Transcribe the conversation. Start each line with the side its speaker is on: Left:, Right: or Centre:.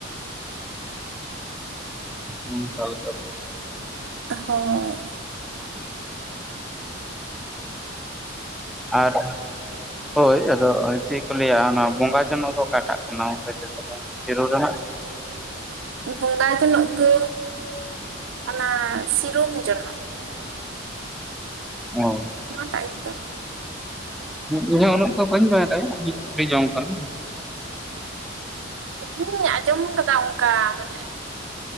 Centre: <inaudible>
Right: ᱦᱳᱭ᱾
Centre: ᱟᱨ, ᱦᱳᱭ ᱟᱫᱚ ᱪᱤᱜ ᱠᱚ ᱞᱟᱹᱭ-ᱟ ᱱᱚᱣᱟ ᱵᱚᱸᱜᱟ ᱴᱮᱱ ᱢᱟᱠᱚ ᱠᱟᱴᱟᱜ ᱠᱟᱱᱟ <inaudible> ᱪᱤᱨᱩ ᱨᱮᱱᱟᱜ᱾
Right: ᱵᱚᱸᱰᱟ ᱡᱚᱱᱚᱜ ᱫᱚ ᱚᱱᱟ ᱥᱤᱨᱚᱢ ᱡᱚᱱᱚᱜ᱾
Centre: ᱦᱚᱸ
Right: ᱱᱚᱣᱟ ᱴᱟᱜ ᱜᱮᱛᱚ᱾
Centre: ᱸ ᱤᱧᱦᱚ ᱦᱚᱸ ᱩᱱᱟᱹᱜ ᱫᱚ ᱵᱟᱹᱧ ᱵᱟᱲᱟᱭ ᱫᱟ ᱤᱧᱦᱩᱧ ᱠᱩᱞᱤ ᱡᱚᱝ ᱠᱟᱱᱟ᱾
Right: ᱤᱧᱤᱧ ᱟᱸᱡᱚᱢ ᱟᱠᱟᱫᱟ ᱚᱱᱠᱟ ᱢᱟᱱᱮ